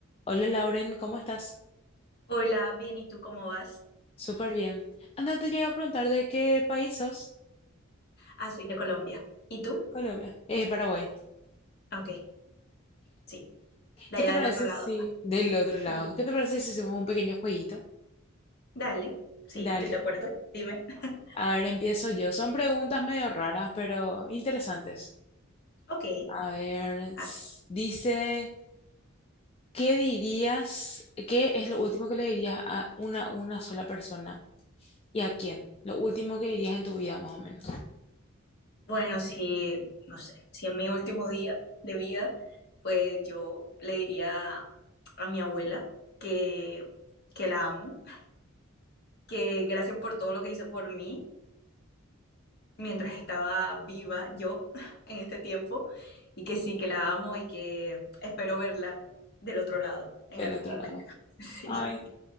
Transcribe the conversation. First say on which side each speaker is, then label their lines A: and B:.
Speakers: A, on the left; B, on the left.
A: Hola Lauren, ¿cómo estás?
B: Hola, bien, ¿y tú cómo vas?
A: Súper bien. Anda, te llega a preguntar de qué país sos.
B: Ah, soy de Colombia. ¿Y tú?
A: Colombia. Eh, Paraguay.
B: Ah, Ok, sí, de
A: ¿Qué
B: allá
A: te parece
B: del otro lado.
A: si del otro lado?
B: Di-
A: ¿Qué te parece si hacemos un pequeño jueguito?
B: Dale, sí,
A: Dale.
B: estoy de acuerdo. Dime. <laughs>
A: A ver, empiezo yo. Son preguntas medio raras, pero interesantes.
B: Ok.
A: A ver,
B: Ah,
A: s- dice, ¿qué dirías? ¿Qué es lo último que le dirías a una, una sola persona? ¿Y a quién? Lo último que dirías en tu vida, más o menos.
B: bueno, si, no sé, si en mi último día de vida, pues yo le diría a mi abuela que, que la amo, que gracias por todo lo que hizo por mí mientras estaba viva yo <laughs> en este tiempo y que sí, que la amo y que espero verla del otro lado en
A: Del
B: algún
A: otro
B: momento.
A: lado.
B: <laughs>
A: Ay,
B: Sí,